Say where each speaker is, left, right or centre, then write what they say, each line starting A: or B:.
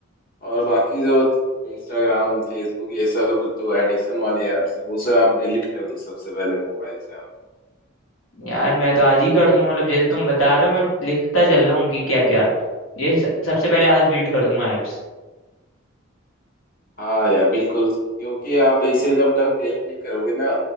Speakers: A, on the left; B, on the left.
A: और बाकी जो इंस्टाग्राम फेसबुक ये सब जो एडिक्शन वाले ऐप्स है उसे आप डिलीट कर दो सबसे पहले मोबाइल से आप
B: यार मैं तो आज ही कर दूंगा मतलब जैसे तुम बता रहे हो मैं लिखता चल रहा हूँ कि क्या क्या ये स- सबसे पहले आज डिलीट कर दूंगा एप्स
A: हाँ यार बिल्कुल क्योंकि आप इसे जब तक डिलीट नहीं करोगे ना